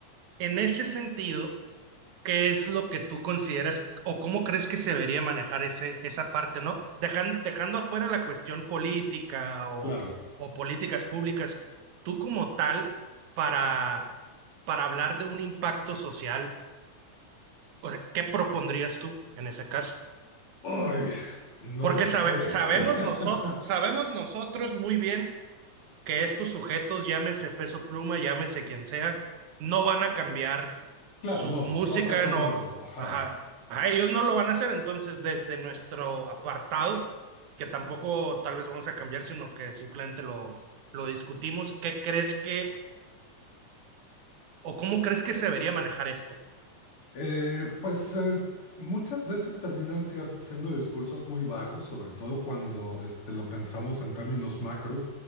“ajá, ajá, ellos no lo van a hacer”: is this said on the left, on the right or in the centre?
Right